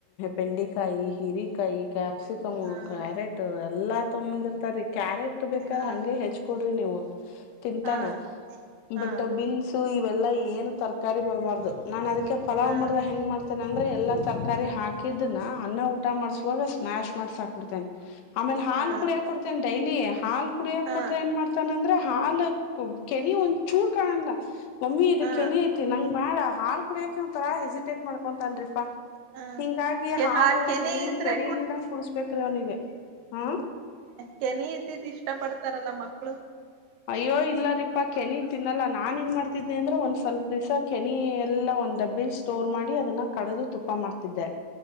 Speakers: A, on the left (about 75°); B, on the right (about 85°).
A: ಬೆಂಡೆಕಾಯಿ ಹಿರಿಕಾಯಿ ಕ್ಯಾಪ್ಸಿಕಮ್
B: ಹಾ
A: ಕ್ಯಾರೆಟ್ ಎಲ್ಲಾ ತಂಬ ರಿ ಕ್ಯಾರೆಟ್ ಬೇಕಾರ
B: ಹಾ
A: ಹಂಗೆ ಹೆಚ್ಕ ಕೊಡ್ರಿ ನೀವು ತಿಂತಾನ
B: ಹಾ ಹಾ
A: ಬಟ್ಟರ್ಬೀನ್ಸ್ ಇವೆಲ್ಲ ಏನು ತರಕಾರಿ ಬರಬಾರ್ದು ನಾನು ಅದಕ್ಕೆ ಪಲಾವ್
B: ಹಾ
A: ಮಾಡ್ದಾಗ ಹೆಂಗಗೆ ಮಾಡ್ತೇನೆ ಅಂದ್ರೆ ಎಲ್ಲ ತರಕಾರಿ ಹಾಕಿದ್ನ ಅನ್ನ ಊಟ ಮಾಡ್ಸ ಸ್ನ್ಾಶ್ ಮಾಡ್ ಸಾಾಕ್ಬಿಡ್ತೇನೆ ಆಮೇಲೆ ಹಾಲ್
B: ಹಾ
A: ಕುಡಿಯ ಕೊಡ್ ೈಲಿ ಹಾಲ್ ಕುಡಿಯಕ
B: ಹಾ
A: ಕೊಟ್ರೆ ಏನ್ ಮಾಡ್ತಾನ ಂದ್ರೆ ಹಾಲ ಕೆನೆ ಒಂದ ಚೂರ್ ಕಾಣಲ್ಲ ಮಮ್ಮಿ ಇ
B: ಹಾ
A: ಕೆನೆ ಐತಿ ನಂಗ ಬಾಳ ಹಾಳ್ ಕುಡಿಯಕ ಒ ತರಾ ಹೆಸಿಟೇಟ್ ಮಾಡ್ಕೊಂತನ್್ರಿಪಾ
B: ಹಾ
A: ಹಿಂಗಾಗಿ ಹಾಾಲೊಳಗ್
B: ಹಾ ಕೆನೆ
A: ಏನು
B: ಇದ್ರೆ
A: ಕೆರಿ ಇಲ್ದಂಗ ಕುಡ್ಸ್ಬೇಕ್ರೀ ಅವ್ನಿಗೆ ಹಾ
B: ಚನಿ ಇದ್ದಿದ್ದು ಇಷ್ಟ ಪಡ್ತಾರಲ್ಲ ಮಕ್ಕಳು
A: ಅಯ್ಯೋ ಇಲ್ಲ ರೀಪಾ ಕೆನಿ ತಿನ್ನಲ್ಲಾ ನಾನ್ ಹೆಂಗ ಮಾಡ್ತಿದ್ದೆ ಅಂದ್ರೆ ಒಂದ್ ಸ್ವಲ್ಪ ರಿಸ ಕೆನಿ ಎಲ್ಲಾ ಒಂದ್ ಡಬ್ಬಿನ್ ಸ್ಟೋರ್ ಮಾಡಿ ಅದನ್ನ ಕಡದು ತುಪ್ಪ ಮಾಡ್ತಿದ್ದೆ